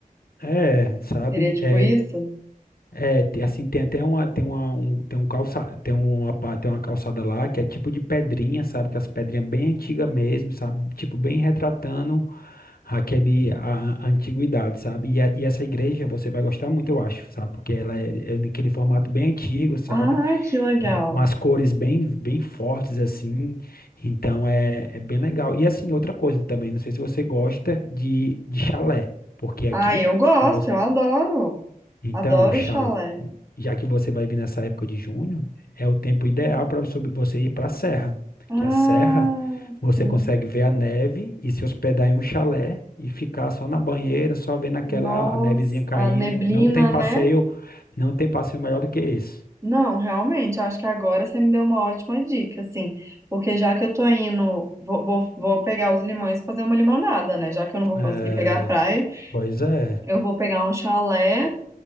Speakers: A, on the left; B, on the right.
A: É, sabe?
B: Seria tipo
A: É,
B: isso?
A: É, te- assim, tem até uma, tem uma, um, tem um calça, tem uma, pa- tem uma calçada lá que é tipo de pedrinha, sabe? Que é as pedrinhas bem antigas mesmo, sabe? Tipo, bem retratando aquele, a, a antiguidade, sabe? E, a- e essa igreja você vai gostar muito, eu acho, sabe? Porque ela é, é naquele formato bem antigo, sabe?
B: Ah, que legal.
A: Umas cores bem, bem fortes, assim. Então, é, é bem legal. E assim, outra coisa também, não sei se você gosta de, de chalé, porque aqui,
B: Ah, eu gosto,
A: se você
B: eu adoro.
A: então,
B: Adoro
A: o chalé,
B: chalé.
A: já que você vai vir nessa época de junho, é o tempo ideal para você ir para a serra,
B: Ah,
A: que a serra você
B: sim.
A: consegue ver a neve e se hospedar em um chalé e ficar só na banheira, só vendo aquela
B: Nossa,
A: nevezinha caindo.
B: a neblina,
A: Não tem passeio,
B: né?
A: não tem passeio melhor do que esse.
B: Não, realmente, acho que agora você me deu uma ótima dica, assim, porque já que eu tô indo, vou, vou, vou pegar os limões e fazer uma limonada, né? Já que eu não vou
A: É,
B: conseguir pegar a praia,
A: pois é,
B: eu vou pegar um chalé